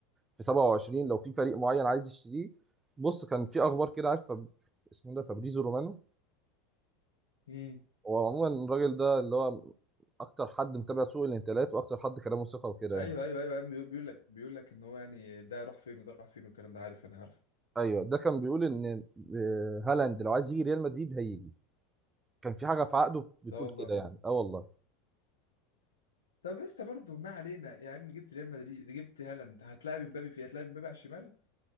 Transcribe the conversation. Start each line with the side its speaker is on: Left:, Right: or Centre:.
Right: في 27 لو في فريق معين عايز يشتريه بص كان في أخبار كده عارف فاب- اسمه ده فابريزو رومانو
Left: امم
Right: هو عموما الراجل ده اللي هو أكتر حد متابع سوق الانتقالات وأكتر حد كلامه ثقة وكده
Left: ايوه
Right: يعني
Left: ايوه ايوه يا عم بيقول بيقول لك بيقول لك ان هو يعني ده راح فين وده راح فين والكلام ده عارف انا عارف
Right: أيوه ده كان بيقول إن آه، هالاند لو عايز يجي ريال مدريد هيجي كان في حاجة في عقده بتقول
Left: لا والله
Right: كده يعني أه والله
Left: طب لسه برضه ما علينا يا عم جبت ريال مدريد جبت هالاند هتلاعب امبابي في هتلاعب امبابي على الشمال